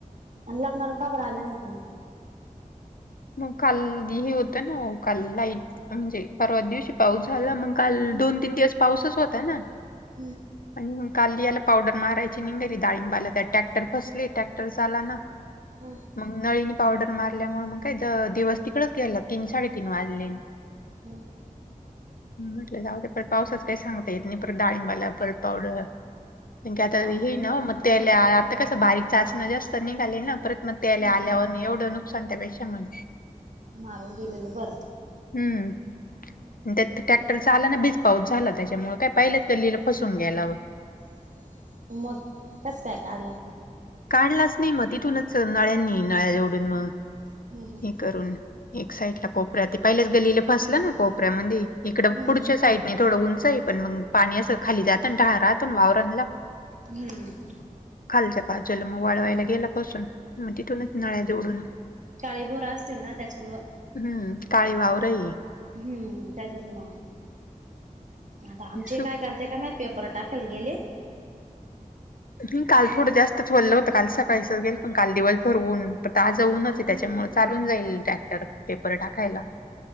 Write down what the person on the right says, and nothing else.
आणि लग्नाला का बर आल्या नाही तम्ही?
हम्म
हम्म
हम्म
हम्म <inaudible>
हा
हम्म
मारून दिलेलं बरं.
<inaudible> मग कस काय काढला?
हम्म हम्म
हम्म
हम्म
काळीभोर असतील ना त्याच्यामुळं.
हम्म, त्याच्याचमुळ. आता आमचे
काय करते काय माहित पेपर टाकाला गेले.
हम्म